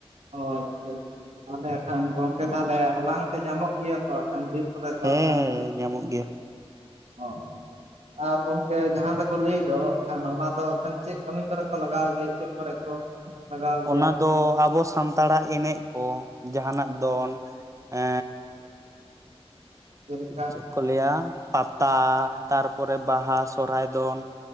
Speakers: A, on the right (about 90°); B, on the right (about 30°).
A: ᱚ ᱟᱪᱪᱷᱟ ᱟᱪᱪᱷᱟ ᱛᱟᱦᱚᱞᱮ ᱠᱷᱟᱱ ᱜᱚᱝᱠᱮ ᱛᱟᱦᱚᱞᱮ ᱦᱟᱞᱟᱝ ᱛᱮ ᱧᱟᱢᱚᱜ ᱜᱮᱭᱟ ᱛᱚ ᱦᱟᱜ ᱠᱷᱟᱱ ᱵᱤᱨ ᱠᱚᱨᱮ ᱫᱚ
B: ᱦᱮᱸ
A: ᱦᱟᱜ ᱠᱷᱟᱱ
B: ᱧᱟᱢᱚᱜ ᱜᱮᱭᱟ
A: ᱚ ᱟᱨ ᱜᱚᱢᱠᱮ ᱡᱟᱦᱟᱸ ᱫᱚᱠᱚ ᱞᱟᱹᱭ ᱫᱚ ᱦᱟᱸᱜ ᱠᱷᱟᱱ ᱚᱱᱟ ᱫᱚ ᱮᱠᱷᱟᱱ ᱪᱮᱫ ᱠᱟᱹᱢᱤ ᱠᱚᱨᱮ ᱠᱚ ᱞᱟᱜᱟᱣ ᱜᱮᱭᱟ ᱪᱮᱫ ᱠᱚᱨᱮ ᱠᱚ ᱞᱟᱜᱟᱣ ᱜᱮᱭᱟ
B: ᱚᱱᱟ ᱫᱚ ᱟᱵᱚ ᱥᱟᱱᱛᱟᱲᱟᱜ ᱮᱱᱮᱡ ᱠᱚ ᱡᱟᱦᱟᱱᱟᱜ ᱫᱚᱱ ᱮ
A: ᱡᱮᱞᱮᱠᱟ
B: ᱪᱮᱫ ᱠᱚ ᱞᱟᱹᱭᱟ ᱯᱟᱛᱟ ᱛᱟᱨ ᱯᱚᱨᱮ ᱵᱟᱦᱟ, ᱥᱚᱨᱦᱟᱭ ᱫᱚᱱ,